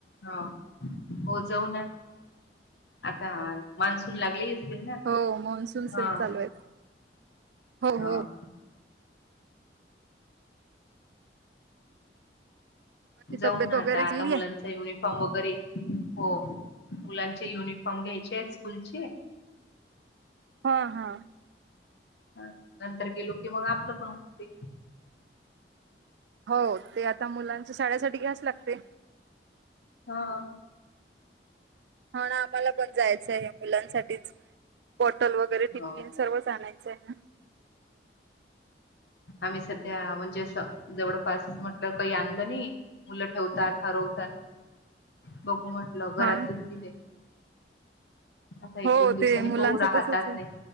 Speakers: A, on the left; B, on the right.
A: हो हो जाऊ न्या आ मान्सून लागले असतील ना
B: हो मान्सून
A: हा!
B: सेल चालू आहेत हो
A: हा
B: हो! बाकी
A: जाऊन
B: तब्येत
A: आता,
B: वगैरे चांगली
A: आता मुलांचा
B: आहे
A: युनिफॉर्म वगैरे हो मुलांचे युनि पाहून घ्यायचे आहेत स्कूलचे.
B: हा हा!
A: ह नंतर गेलो की मग आपलं पण होते.
B: हो ते आता मुलांच शाळे साठी घ्याच लागतय.
A: हा!
B: हो नां आम्हाला पण जायचं आहे मुलांसाठीच बॉटल वगैरे टिफिन
A: हो
B: सर्वच आणायचं आहे ना.
A: आम्ही सध्या म्हणजे असं जवळपास म्हटलं काही आणलं नही, मुलं ठेवतात हरव बघू म्हटलं घरातलीच
B: हा
A: दीले आता एक
B: हो
A: दोन दिवसांनी
B: ते मुलांचं
A: पऊ राहतात
B: तसच आहे
A: नही